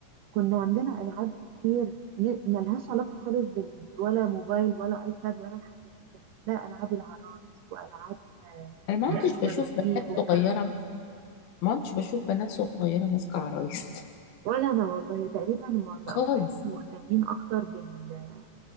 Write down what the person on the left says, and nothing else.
انا ما كنتش
بشوف بنات
صغيره ما كنتش بشوف بنات صغيره ماسكه عرايس <laughs>
خالص